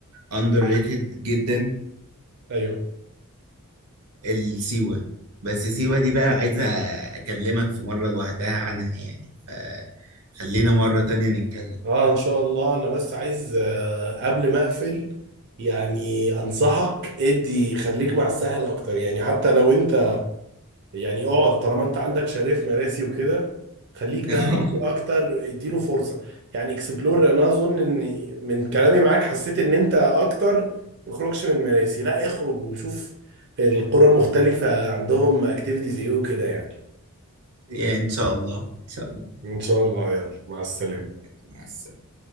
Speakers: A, on the right; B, on the right.
A: اندر ريتد جدا
B: ايوه
A: السيوة بس سيوة دي بقى عايزة اكلمك في مرة لوحدها عنها يعني فخلينا مرة تانية نتكلم
B: اه ان شاء الله انا بس عايز آه، قبل ما اقفل يعني انصحك ادي خليك مع الساحل اكتر يعني حتى لو انت يعني اقعد طالما انت عندك شريف مراسي وكده خليك
A: <laughs>
B: بقى في اكتر اديله فرصه يعني اكسبلور انا اظن ان من كلامي معاك حسيت ان انت اكتر تخرجش من مراسي لا اخرج وشوف القرى مختلفه عندهم اكتيفيتيز ايه وكده يعني
A: يعني ان شاء الله ان شاء الله
B: ان شاء الله يلا مع السلامه
A: مع السلامة